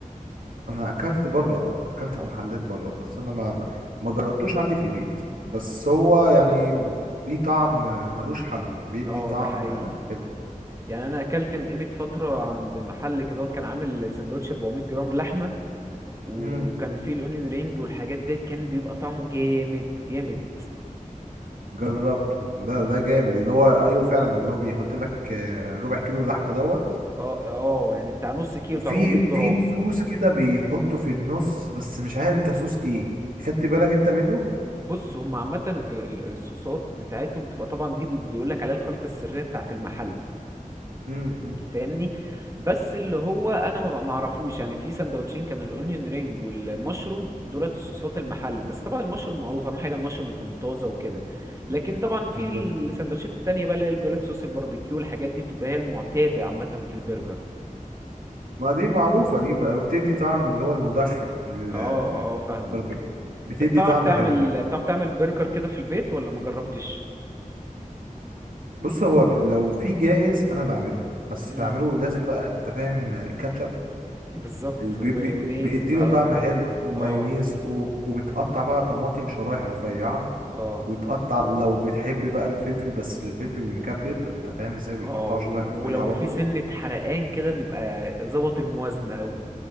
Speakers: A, on the right (about 80°); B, on the right (about 20°).
A: انا اكلت بره اه اكلت
B: اه
A: في محلات بره بس انا ما ما جربتوش عندي في البيت بس هو يعني ليه طعم ملوش حل بيدي
B: اه
A: طعم
B: ده حقيقي
A: حلو
B: يعني انا اكلت من قيمة فترة عند محل كده كان عامل سندوتش 400 جرام لحمة وكان
A: امم
B: فيه الاونيون رينج والحاجات ديت كان بيبقى طعمه جامد جامد
A: جربته ده ده جامد اللي هو ايوه فعلا اللي هو بيحط لك آه، ربع كيلو لحمه دوت
B: اه اه يعني بتاع نص كيلو
A: وفي
B: بتاع 400 جرام
A: في صوص كده بيحطه في النص بس مش عارف ده صوص ايه خدت بالك انت منه
B: بص هم عامة ال- ال- الصوصات بتاعتهم بتبقى طبعا دي بيقول لك عليها الخلطة السرية بتاعت المحل
A: امم
B: <clears throat> فاهمني بس اللي هو انا ما ما اعرفوش يعني في سندوتشين كان الاونيون رينج والمشروم دولت الصوصات المحل بس طبعا المشروم معروف اهم حاجة المشروم يكون طازة وكده لكن طبعا في
A: بالظبط
B: السندوتشات التانية بقى اللي بيقول لك صوص الباربيكيو الحاجات دي بتبقى هي المعتادة عامة في البرجر
A: ما دي معروفة دي بقى وبتدي طعم اللي هو المدخن الباربيكيو
B: اه اه فاهمك
A: بتدي
B: انت بتعرف
A: طعم
B: تعمل
A: حلو فعلا
B: بتعرف تعمل برجر كده في البيت ولا ما جربتش
A: بص هو ب- لو في جاهز انا بعمله بس
B: امم
A: بعمله لازم بقى انت فاهم كاتشب
B: بالظبط
A: بي-
B: ومايونيز
A: بي- بيديله
B: بقى
A: طعم
B: و...
A: حلو ومايونيز
B: اه
A: وب- وبتقطع بقى طماطم شرايح رفيعة
B: اه
A: وتقطع لو بتحب بقى الفلفل بس الفلفل المكبب انت فاهم ازاي بيتقطع
B: اه و-
A: شرايح رفيعة
B: ولو
A: برضو
B: في سنة حرقان كده بيبقى ظبط الموازنة قوي